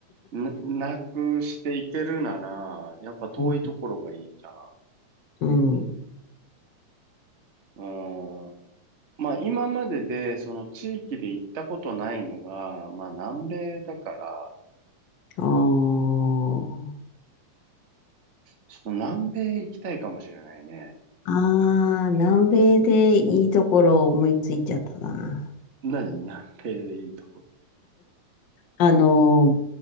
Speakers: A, on the right (about 40°); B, on the left (about 75°).
A: な、なくしていけるなら、やっぱ遠いところがいいじゃん。
B: うん <laughs> うん。
A: うーん。まあ、今までで、その地域で行ったことないのが、まあ、南米だから、
B: ああー。
A: ちょっと南米行きたいかもしれないね。
B: ああ、南米でいいところを思いついちゃったな。
A: 何南米でいいとこ。
B: あの、